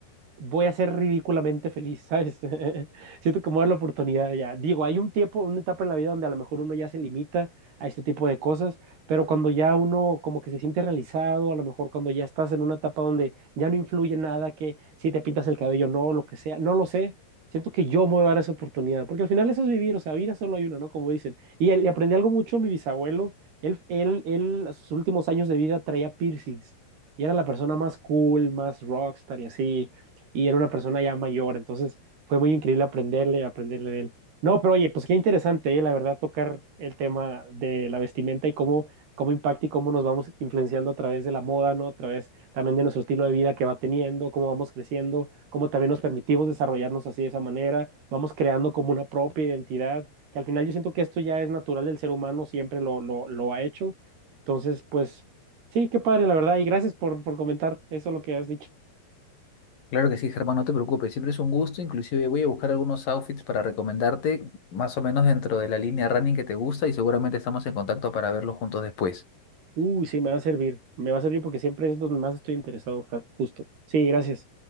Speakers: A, on the right; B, on the left.
A: voy a ser ridículamente feliz, ¿sabes? <laughs> Siento que me voy a dar la oportunidad ya. Digo, hay un tiempo, una etapa en la vida donde a lo mejor uno ya se limita a este tipo de cosas, pero cuando ya uno como que se siente realizado, a lo mejor cuando ya estás en una etapa donde ya no influye nada, que si te pintas el cabello, no, lo que sea, no lo sé. Siento que yo me voy a dar esa oportunidad, porque al final eso es vivir, o sea, vida solo hay una, ¿no? Como dicen. Y, y aprendí algo mucho, mi bisabuelo, él, él, él, a sus últimos años de vida traía piercings y era la persona más cool, más rockstar y así y era una persona ya mayor, entonces fue muy increíble aprenderle, aprenderle de él. No, pero oye, pues qué interesante, ¿eh? La verdad, tocar el tema de la vestimenta y cómo, cómo impacta y cómo nos vamos influenciando a través de la moda, ¿no? A través también de nuestro estilo de vida que va teniendo, cómo vamos creciendo, cómo también nos permitimos desarrollarnos así de esa manera, vamos creando como una propia identidad, que al final yo siento que esto ya es natural del ser humano, siempre lo, lo, lo ha hecho. Entonces, pues sí, qué padre, la verdad, y gracias por, por comentar eso lo que has dicho.
B: Claro que sí, Germán, no te preocupes, siempre es un gusto, inclusive voy a buscar algunos outfits para recomendarte más o menos dentro de la línea running que te gusta y seguramente estamos en contacto para verlos juntos después.
A: Uy, sí, me va a servir. Me va a servir porque siempre es donde más estoy interesado, ja- justo. Sí, gracias.